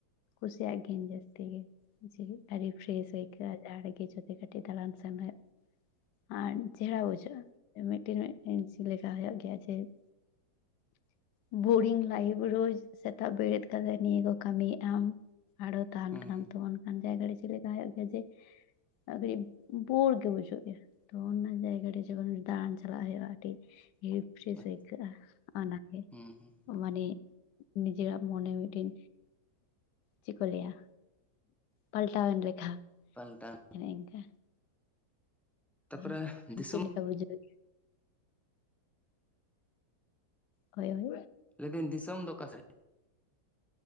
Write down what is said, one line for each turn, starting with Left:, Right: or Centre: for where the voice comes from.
Left: ᱠᱩᱥᱭᱟᱜ ᱜᱮᱧ ᱡᱟᱹᱟᱥᱛᱤ ᱜᱮ ᱯᱷᱮᱥ ᱦᱳᱭ ᱠᱚᱜ-ᱟ ᱡᱟᱦᱟᱨᱮᱜᱮ ᱡᱩᱫᱤ ᱠᱟᱹᱴᱤᱡᱠᱤ ᱫᱟᱲᱟᱱ ᱥᱮᱱ ᱦᱳᱭᱳᱜ ᱟᱨ ᱪᱮᱦᱨᱟ ᱵᱩᱡᱷᱟᱹᱜᱼᱟ ᱢᱤᱫᱴᱤᱱ ᱪᱮᱫᱮ ᱞᱮᱠᱟ ᱦᱩᱭᱩᱜ ᱜᱮᱭᱟ ᱡᱮ ᱦ <inaudible> ᱵᱳᱨᱤᱝ ᱞᱟᱭᱤᱯᱷ ᱨᱳᱡ ᱥᱮᱛᱟᱜ ᱵᱮᱨᱮᱫ ᱠᱟᱛᱮᱫ ᱱᱤᱭᱟᱹ ᱠᱚ ᱠᱟᱹᱢᱤᱭᱮᱜ ᱟᱢ ᱟᱨᱦᱚ ᱛᱟᱦᱮᱱ
Centre: ᱦᱩᱸ
Left: ᱠᱟᱱᱟ ᱛᱚ ᱚᱱᱠᱟᱱ ᱡᱟᱭᱜᱟ ᱨᱮ ᱪᱮᱞᱮ ᱛᱟᱸᱦᱮ ᱦᱳᱭᱳᱜ ᱜᱮᱭᱟ ᱡᱮ ᱟᱰᱤ ᱵᱳᱨ ᱜᱮ ᱵᱩᱡᱟᱹᱜ ᱜᱮᱭᱟ ᱛᱚ ᱚᱱᱟ ᱡᱟᱭᱜᱟ ᱨᱮ ᱡᱚᱠᱷᱚᱱ ᱫᱟᱬᱟᱱ ᱪᱟᱞᱟᱜ ᱦᱩᱭᱩᱜᱼᱟ ᱟᱹᱰᱤ ᱨᱤᱯᱷᱨᱤᱥ
Centre: ᱦᱩᱸ
Left: ᱟᱹᱭᱠᱟᱹᱜᱼᱟ ᱚᱱᱟ
Centre: ᱦᱩᱸ ᱦᱩᱸ
Left: ᱢᱟᱱᱮ ᱱᱤᱡᱮᱨᱟᱜ ᱢᱚᱱᱮ ᱢᱤᱫᱴᱮᱱ ᱪᱮᱫ ᱠᱚ ᱞᱟᱹᱭᱟ ᱯᱟᱞᱴᱟᱣᱮᱱ ᱞᱮᱠᱟ
Centre: ᱯᱟᱞᱴᱟᱣ
Left: ᱦᱮ ᱤᱱᱠᱟᱹ
Centre: ᱛᱟᱯᱚᱨᱮ
Left: ᱦᱮ
Centre: ᱫᱤᱥᱚᱢ
Left: ᱪᱮᱫ ᱞᱮᱠᱟ ᱵᱩᱡᱷᱟᱹᱣ ᱦᱳᱭ ᱦᱳᱭ
Centre: ᱞᱟᱹᱭᱫᱟᱹᱧ ᱫᱤᱥᱚᱢ ᱫᱚ ᱚᱠᱟ ᱥᱮᱫ